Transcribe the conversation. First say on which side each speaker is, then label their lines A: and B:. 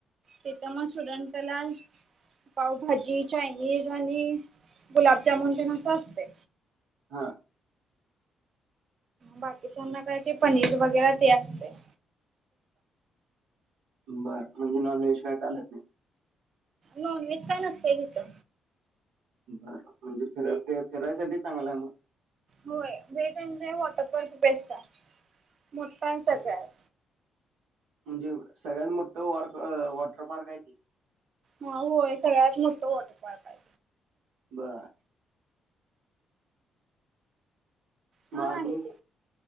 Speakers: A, on the right; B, on the right.
A: तिथं म सुडंटला पावभाजी चायनीज आणि गुलाबजामुन तेन असं असतय
B: हा
A: बाकीच्यांना काय ते पनीर वगैरे ते असतय
B: बरं म्हणजे नॉन व्हेज काय चालत नाही
A: नॉन व्हेज का नसतेय तिथ
B: बर म्हणजे फित ते फिरायसाठी चांगला आहे मग
A: होय वेग म्हणजे वॉटरपार्क बेस्ट आहे मोटाआये सगळ्यात
B: म्हणजे सगळ्यात मोठं वॉर क वॉटर पार्क आहे ते
A: हा होय सगळ्यात मोठं वॉटर पार्क आहे
B: बर
A: छान
B: मग आणि
A: आहे ते